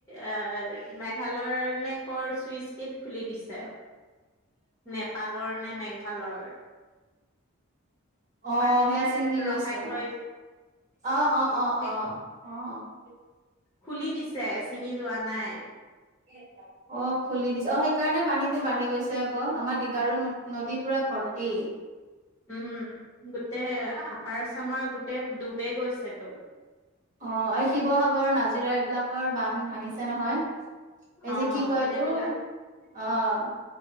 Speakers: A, on the left; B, on the right.
A: আৰ মেঘালয়ৰ নে কৰ চুইচ গেট খুলি দিছে। নেপালৰ নে মেঘালয়ৰ।
B: অ',
A: পানী
B: সেয়া
A: যে
B: ছিঙি
A: ৰখাই
B: গৈছে।
A: থৈ
B: অ', অ', অ', অ',
A: সেই
B: অ', অ'।
A: খুলি দিছে, ছিঙি যোৱা নাই।
B: কেইটা। অ', খুলি দিছে, অ', সেইকাৰণে পানীটো বাঢ়ি গৈছে আকৌ, আমাৰ দীঘাৰু নদী পুৰা ভৰ্তি।
A: উ। গোটেই আপাৰ আচামৰ গোটে ডুবে গৈছেতো
B: অ', এই শিৱসাগৰ, নাজিৰা এইবিলাকৰ বান্ধ ভাঙিছে নহয়। এই
A: অ
B: যে কি কয়
A: সেইবিলাক
B: এইতো, অ'।